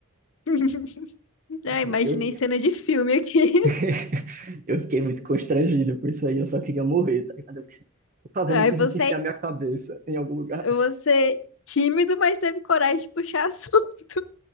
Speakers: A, on the left; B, on the right.
A: <laughs> É,
B: Tipo,
A: imaginei
B: Eu,
A: cena de filme aqui. <laughs>
B: <laughs> eu fiquei muito constrangido com isso aí, eu só queria morrer, tá ligado? Eu, Por favor,
A: Aí
B: me permite
A: você,
B: enfiar minha cabeça em algum lugar.
A: você tímido, mas teve coragem de puxar assunto. <laughs>